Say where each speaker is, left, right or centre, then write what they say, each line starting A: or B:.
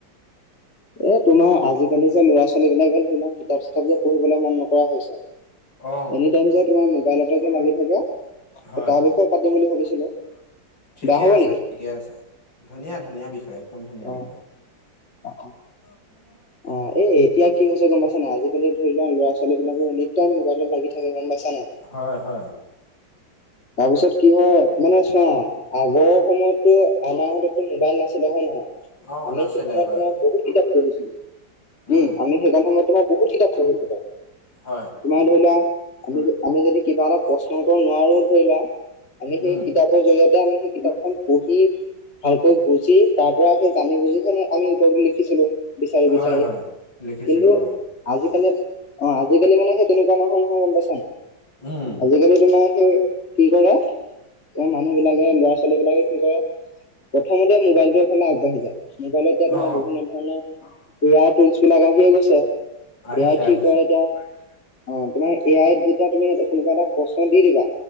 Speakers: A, on the left; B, on the left.
A: এ' তোমাৰ আজিকালি যে ল'ৰা-ছোৱালী বিলাকে ধৰি লোৱা, কিতাপ চিতাপ যে পঢ়িবলৈ মন নকৰা হৈছে।
B: অ
A: এনিটাইম যে, তোমাৰ মোবাইলতে যে লাগি থাকে,
B: হয়
A: তাৰ বিষয়- পাতিম বুলি ভাবিছিলো।
B: ঠিকে
A: বেয়া হব
B: আছে,
A: নেকি
B: ঠিকে আছে। ধুনীয়া-ধুনীয়া বিষয়, একদম ধুনীয়া
A: অ
B: বিষয়।
A: <unintelligible>
B: <inaudible>
A: অঁহ', এ' এতিয়া কি হৈছে গম পাইছা নাই, আজিকালি ধৰি লোৱা, ল'ৰা-ছোৱালী বিলাকে এনি টাইম মোবাইলত লাগি থাকে গম পাইছা নাই।
B: হয়-হয়।
A: তাৰপিছত কি হয়, মানে চোৱা আগৰ সময়ত- ত' আমাৰ হাত'ত তো মোবাইল নাছিলে, হয় নহয়?
B: অ
A: আমি
B: নাছিলে
A: সেই সময়ত
B: হয়
A: তোমাৰ বহুত কিতাপ পঢ়িছিলো। উমঁ,
B: উম
A: আমি সেইকণ সময়ত তোমাৰ বহুত কিতাপ পঢ়িছিলোঁ।
B: হয়।
A: তোমাৰ ধৰি লোৱা, আমি যদি কিবা এটা প্ৰশ্ন উত্তৰ নোৱাৰো ধৰি লোৱা আমি সেই
B: উম
A: কিতাপৰ জৰিয়তে আমি সেই কিতাপখন পঢ়ি ভালকৈ বুজি, তাৰ পৰা সেই জানি বুজি হে আমি উত্তৰটো লিখিছিলো। বি-
B: হয়
A: ষয়,
B: হয় লিখিছিলো
A: কিন্তু
B: অ
A: আজিকালি- অঁ', আজিকালি মানে সেই তেনেকুৱা নহয়-নহয়, গম পাইছা নাই?
B: উমঁ।
A: আজিকালি তোমাৰ সেই কি কৰে- মানুহ বিলাকে ল'ৰা-ছোৱালী বিলাকে কি কৰে প্ৰথমতে মোবাইলটোৰ ফালে আগবাঢ়ি যায়। মোবাইল এতিয়া তোমাৰ
B: অ
A: বিভিন্ন ধৰণৰ- এ আই টুলচ বিলাক আহিয়ে গৈছে,
B: আহিছে
A: এ আই কি
B: আহিছে
A: কৰে এতিয়া। অঁহ', তোমাৰ এ আইত যেতিয়া তুমি এ' কোনোবা এটা প্ৰশ্ন দি দিবা,